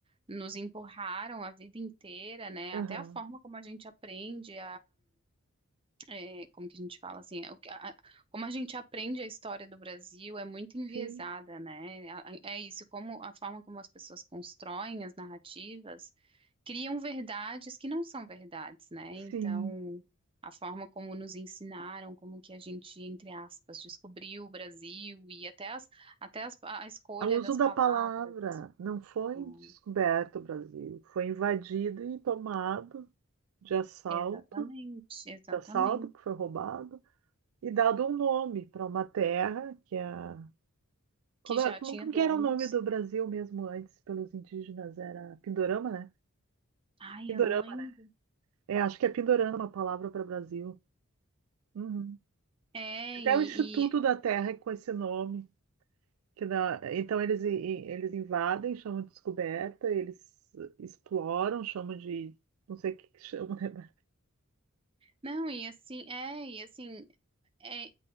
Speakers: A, on the right; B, on the right.
A: nos empurraram a vida inteira, né?
B: Aham.
A: Até a forma como a gente aprende é, como que a gente fala assim, é o que- a- a- como a gente aprende a história do Brasil é muito enviesada,
B: Sim,
A: né? A- a- É isso, como a forma como as pessoas constroem as narrativas criam verdades que não são verdades, né? Então,
B: sim.
A: a forma como nos ensinaram, como que a gente, entre aspas, descobriu o Brasil e até as, até as- a escolha
B: O uso
A: das
B: da
A: palavras.
B: palavra não foi
A: Hum,
B: descoberto o Brasil, foi invadido e tomado de assalto,
A: exatamente, exatamente.
B: de assalto que foi roubado e dado um nome para uma terra que é como,
A: Que já
B: é- como
A: tinha donos.
B: que era o nome do Brasil mesmo antes pelos indígenas era Pindorama, né?
A: Ai,
B: Pindorama,
A: eu não lembro.
B: né? É, acho que é Pindorama a palavra para Brasil. Uhum.
A: É,
B: Até
A: e,
B: o Instituto da Terra é com esse nome. Que na- então eles, i- eles invadem, chamam de descoberta, eles exploram, chamam de. Não sei o que que chamam, né?
A: Não, e assim, é, e assim, é,